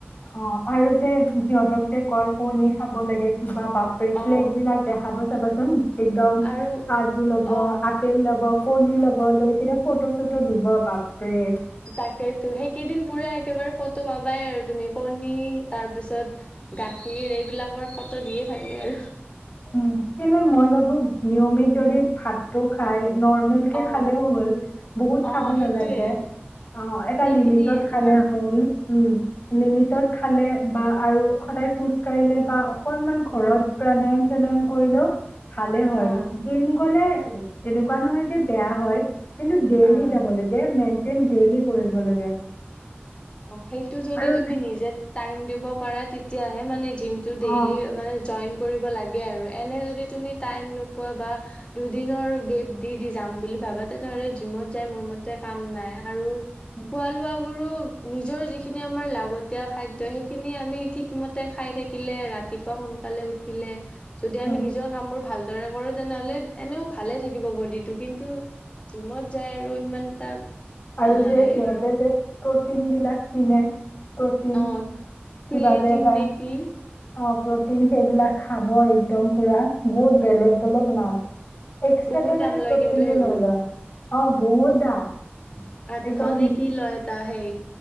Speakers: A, on the left; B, on the left.
A: অ আৰু যে সিহতক যে কয় কণী খাব লাগে কিবা পাব প্ৰেপ্লেটবিলাক
B: অ
A: দেখাব চাবাচোন একদম
B: আৰু
A: কাজু ল'ব,
B: অ
A: আপেল ল'ব কণী ল'ব লৈ কিনে ফটো চটো দিব বাপৰে।
B: তাকেতো সেইকেইদিন পুৰা একেবাৰে ফটো পাবাই আৰু তুমি কণী তাৰপিছত গাখীৰ এইবিলাকৰ ফটো দিয়ে থাকে আৰু।
A: উ কিনো মই ভাবো নিয়মিত যদি ভাত তটো খাই নৰ্মেল কে
B: অ
A: খালেও হ'ল বহুত
B: অ
A: খাব
B: সেইটোয়ে
A: নালাগে। অ এটা
B: সেইখিনিয়ে
A: লিমিটত
B: তোমাৰ
A: খালে হ'ল, উম। লিমিটত খালে বা আৰু সদায় খোজ কঢ়িলে বা অকনমান ঘৰত
B: উম
A: প্ৰাণায়েম ছেনেম কৰিলেও ভালে হয়
B: অ
A: জিম গ'লে এনেকুৱা নহয় যে বেয়া হয় কিন্তু ডেইলি
B: অ
A: যাব লাগে মেইনটেইন ডেইলি কৰিব লাগে।
B: অ সেইটো যদি
A: আৰু
B: তুমি
A: যে-
B: নিজে টাইম দিব পাৰা তেতিয়াহে মানে জিম টো
A: অ
B: ডেইলি মানে জইন কৰিব লাগে আৰু এনে যদি তুমি টাইম নোপোৱা বা দুদিনৰ গেপ দি দি যাম বুলি ভাবা তেনেহ'লে জিমত যাই মোৰ মতে কাম নাই আৰু
A: <unintelligible>
B: খোৱা লোৱাবোৰো নিজৰ যিখিনি আমাৰ লাগতিয়াল খাদ্য সেইখিনি আমি ঠিকমতে খাই থাকিলে ৰাত ৰাতিপুৱা সোনকালে উঠিলে যদি
A: উম
B: আমি নিজৰ কামবোৰ ভালদৰে কৰো তেনেহ'লে এনেও ভালে থাকিব বডিটো কিন্তু জিমত যায় আৰু ইমান এটা ভাল
A: আৰু
B: নালাগে
A: যে সিহঁতে
B: বাৰু
A: যে প্ৰটিনবিলাক কিনে প্ৰটিন
B: অ ক্ৰিয়েটিন
A: কিবা যে এটা
B: নে কি
A: অ প্ৰটিন সেইবিলাক খাব একদম পুৰা গুড বেলেগ বেলেগ নাম এক্সট্ৰাকে
B: বহুত দাম
A: মানে
B: লয়
A: প্ৰটিনটো
B: কিন্তু সেইবোৰ
A: লৈ লয়, অ বহুত দাম।
B: আঠশনে
A: একদম
B: কি লয় তাৰ সেই